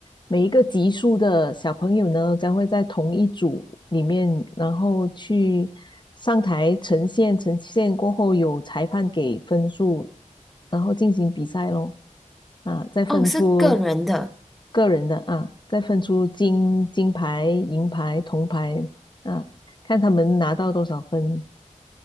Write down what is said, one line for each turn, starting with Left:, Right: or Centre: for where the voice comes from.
Left: 每一个级数的小朋友呢，将会在同一组里面，然后去上台呈现，呈现过后有裁判给分数，然后进行比赛咯。啊，再分出
Centre: 哦，是个人的。
Left: 个人的啊，再分出金金牌、银牌、铜牌啊，看他们拿到多少分